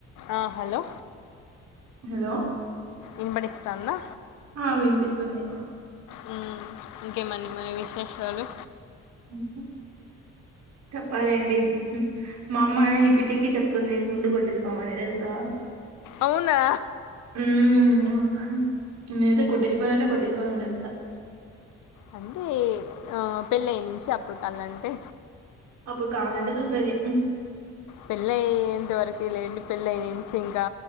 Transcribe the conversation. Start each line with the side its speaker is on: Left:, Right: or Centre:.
Left: ఆ హలో
Right: హలో
Left: ఇన్బడిస్తస్తానుందా
Right: ఆ! వినిపిస్తుంది.
Left: హ్మ్ ఓకేమండి మరి విశేషాలు
Right: హ్మ్ హు చెప్పాలండి మా అమ్మ ఈప్పిటికి చెప్తుంది గుండు కొట్టించుకోమని తెలుసా
Left: అవునా
Right: హ్మ్ నేనైతే కొట్టించుకోనంటే కొట్టించుకోన అని చెప్తా
Left: అంటే ఆ పెళ్ళయ్య నుంచి అప్పుడు కాలంటే
Right: అప్పుడు కావాలంటే చూసేది
Left: పెళ్ళయ్యేంత వరకే లేండి పెళ్ళయి నుంచి ఇంకా